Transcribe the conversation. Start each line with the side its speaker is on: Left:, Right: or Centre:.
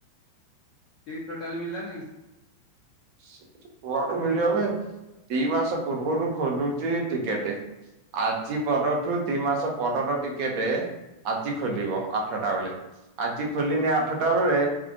Left: ସିଟ୍ ଟୋଟାଲି ମିିଳିଲାନି?
Right: ସିଟ୍ କୁଆଡେ ମିଳିବ ବେ ଦି ମାସ ପୂର୍ବରୁ ଖୋଲୁଛି ଟିକେଟ ଆଜି ପରଠୁ ଦି ମାସ ପରର ଟିକେଟ ଆଜି ଖୋଲିବ ଆଠଟା ବେଳେ ଆଜି ଖୋଲିଲେ ଆଠଟା ବେଳେ